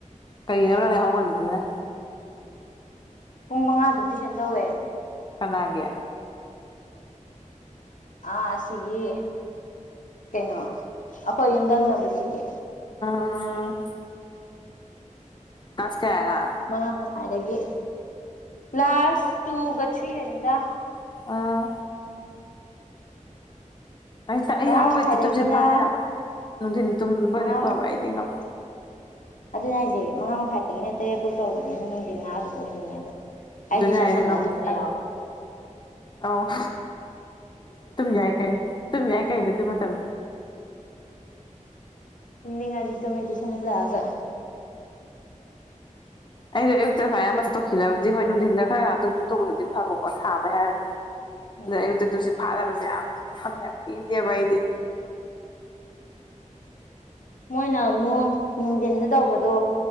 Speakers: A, on the left (about 35°); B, on the left (about 80°).
A: ꯀꯩꯒꯤꯅꯣ ꯅꯪꯅ ꯌꯥꯍꯧ ꯉꯜꯂꯤꯁꯤꯅꯥ
B: ꯄꯨꯡ ꯃꯉꯥꯗ ꯇꯨꯏꯁꯟ ꯇꯧꯋꯦ
A: ꯀꯅꯥꯒꯤ
B: ꯑꯥ ꯑꯁꯤꯒꯤ ꯀꯩꯅꯣ ꯑꯩꯈꯣꯏ ꯌꯨꯝꯊꯪꯅꯕꯁꯤꯒꯤ
A: ꯑꯣ ꯀꯂ꯭ꯥꯁ ꯀꯌꯥꯒꯤ ꯑꯉꯥꯡ
B: ꯃꯉꯥ ꯃꯈꯥꯏꯗꯒꯤ ꯀꯂ꯭ꯥꯁ ꯇꯨꯒ ꯊ꯭ꯔꯤꯒꯅꯤꯗ
A: ꯎꯝ ꯑꯩꯛꯇ ꯑꯩ
B: ꯃꯉꯥ
A: ꯍꯥꯎꯕꯩꯇ
B: ꯃꯈꯥꯏꯗꯒꯤꯅ
A: ꯆꯨꯝꯁꯤ ꯐꯥꯗꯦ ꯍꯥꯏꯕꯣ ꯅꯨꯡꯊꯤꯟ ꯇꯨꯝꯕꯗꯤ
B: ꯃꯉꯥ
A: ꯐꯕ ꯑꯩꯗꯤ ꯉꯝꯗꯦ
B: ꯑꯗꯨꯅꯦ ꯍꯥꯏꯖꯦ ꯃꯉꯥ ꯃꯈꯥꯏꯗꯒꯤꯅ ꯇꯔꯦꯠꯕꯨꯛ ꯇꯔꯕꯅꯤꯅ ꯅꯨꯡꯊꯤꯟ ꯉꯥ ꯑꯗꯨꯝ ꯎꯏꯅꯤꯡꯉꯦ ꯑꯗꯨꯝ
A: ꯑꯗꯨꯅꯦ
B: ꯑꯩ ꯇ꯭ꯨꯁꯟ
A: ꯍꯥꯏꯁꯦ
B: ꯍꯜꯂꯛꯑꯒ
A: ꯉꯝꯗꯦ
B: ꯊꯨꯝꯕ
A: ꯍꯥꯏꯕ
B: ꯌꯥꯎꯏ
A: ꯑꯧ ꯇꯨꯝ ꯌꯥꯏ ꯀꯔꯤꯅꯣ ꯇꯨꯝ ꯌꯥꯏ ꯀꯔꯤꯅꯣ ꯑꯗꯨꯏ ꯃꯇꯝ ꯃꯥꯇꯝ
B: ꯇꯨꯝꯅꯤꯡꯂꯗꯤ ꯇꯨꯝꯃꯦ ꯇꯨꯏꯁꯟ ꯍꯜꯂꯛꯑꯒꯥ
A: ꯑꯩꯁꯣ ꯑꯌꯨꯛꯇ ꯁꯨꯃꯥꯏꯅ ꯑꯃꯊꯣꯛꯈꯤꯅꯕꯗꯤ ꯍꯣꯏ ꯅꯨꯡꯊꯤꯟꯗ ꯈꯔ ꯉꯥꯛꯇꯪ ꯇꯨꯝꯊꯣꯛꯕꯕꯨꯗꯤ ꯐꯕꯀꯣ ꯁꯥꯕꯩ ꯍꯥꯏꯔꯗꯤ ꯑꯗꯨꯗ
B: ꯎꯝ
A: ꯑꯌꯨꯛꯇꯥ ꯇꯨꯝꯁꯤꯠ ꯐꯥꯗꯕꯁꯦ ꯌꯥꯝ ꯍꯅ ꯄꯦꯟꯗꯦꯕ ꯑꯩꯗꯤ
B: ꯃꯣꯏꯅ ꯑꯃꯨꯛ ꯅꯨꯡꯊꯤꯟꯗ ꯇꯧꯕꯗꯣ